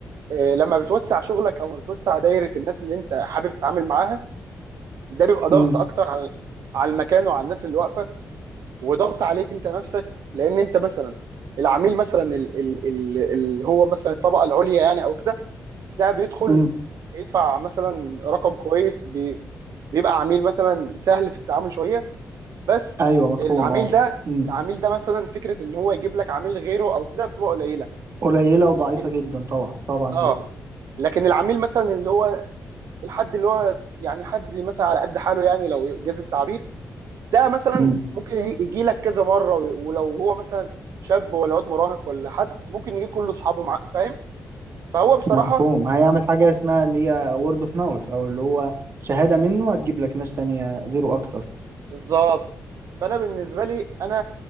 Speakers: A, on the right; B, on the right.
A: آه، لما بتوسع شغلك او بتوسع دايره الناس اللي انت حابب تتعامل معاها ده بيبقى ضغط
B: امم
A: اكتر على على المكان وعلى الناس اللي واقفه وضغط عليك انت نفسك لان انت مثلا العميل مثلا ال- ال- ال- اللي هو مثلا الطبقه العليا يعني او كده ده بيدخل
B: امم
A: يدفع مثلا رقم كويس بي- بيبقى عميل مثلا سهل في التعامل شويه بس
B: ايوه مفهوم
A: العميل
B: اه
A: ده
B: امم
A: العميل ده مثلا فكره ان هو يجيب لك عميل غيره او كده بتبقى قليله
B: قليله وضعيفه
A: لكن
B: جدا طبعا طبعا
A: اه
B: جدا
A: لكن العميل مثلا اللي هو الحد اللي هو يعني حد مثلا على قد حاله يعني لو جاز التعبير ده مثلا
B: امم
A: ممكن يجي لك كذا مره ولو هو مثلا شاب ولا واد مراهق ولا حد ممكن يجيب كل اصحابه معاه فاهم فهو بصراحه
B: مفهوم هيعمل حاجه اسمها اللي هي وورد اوف ماوث او اللي هو شهاده منه هتجيب لك ناس تانية غيره اكتر
A: بالظبط فانا بالنسبه لي انا